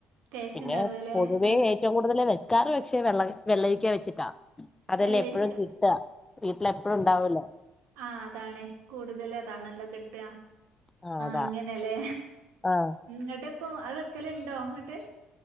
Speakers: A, on the right (about 75°); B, on the left (about 15°).
A: ടേസ്റ്റ്
B: പിന്നെ
A: ഉണ്ടാവുകല്ലേ
B: പൊതുവേ
A: ആഹ്
B: ഏറ്റവും കൂടുതൽ വെക്കാറ് പക്ഷെ വെള്ളരി വെള്ളരിക്കാ വെച്ചിട്ടാ അതെല്ലാം
A: വെള്ളരിക്ക
B: എപ്പഴും കിട്ട വീട്ടില് എപ്പഴും ഉണ്ടാവല്ലോ
A: ആ അതാണ് കൂടുതൽ അതാണല്ലോ കിട്ട ട്ടആ
B: ആ അതാ
A: അങ്ങനെലേ
B: ആ
A: ഇന്ന്ട്ട് ഇപ്പൊ അത് വെക്കല്ണ്ടോ ഇങ്ങട്ട്